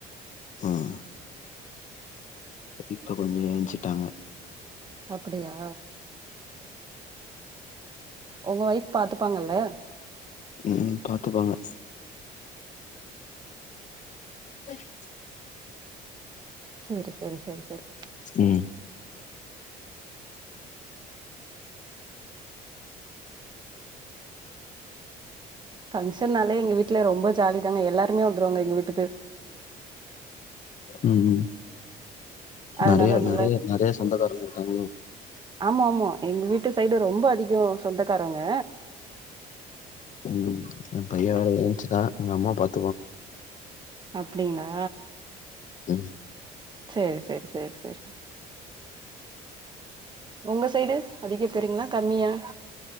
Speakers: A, on the left (about 50°); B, on the right (about 25°).
A: <inaudible> இப்ப கொஞ்சோ ஏஞ்சுட்டாங்க
B: அப்புடியா ஒங்க ஓய்ஃப் பாத்துப்பாங்கல்ல
A: ம் பாத்துப்பாங்க சரி
B: செரி செரி சேர் செரி
A: ம்
B: பங்ஷன்னாலே எங்க வீட்ல ரொம்ப ஜாலி தாங்க எல்லாருமே வந்துருவாங்க எங்க வீட்டுக்கு
A: ம்
B: அதனால
A: நெறைய
B: நல்ல
A: நெறைய நெறைய சொந்தக்காரங்க இருக்காங்களோ
B: ஆமா ஆமா எங் வீட்டு சைடு ரொம்ப அதிகோ சொந்தக்காரங்க
A: ம் எ பைய வேற எழுஞ்ச்சுடா எங்க அம்மா பாத்
B: அப்டிங்ளா
A: ம்
B: செரி செரி சேர் செரி ஒங்க சைடு அதிக பேருங்களா கம்மியா